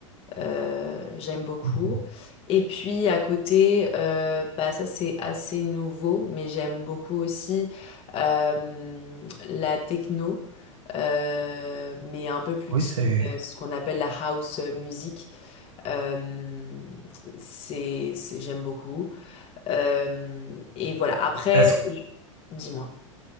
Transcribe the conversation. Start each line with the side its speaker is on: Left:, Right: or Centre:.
Left: Euh, j'aime beaucoup.
Right: Mhm.
Left: Et puis à côté, euh, bah ça c'est assez nouveau, mais j'aime beaucoup aussi euh, la techno, euh, mais un peu plus
Right: Oui,
Left: chill,
Right: c'est...
Left: euh, ce qu'on appelle la house music. Euh, c'est, c'est- j'aime beaucoup. Euh, et voilà. Après,
Right: Est-ce
Left: je- dis-moi.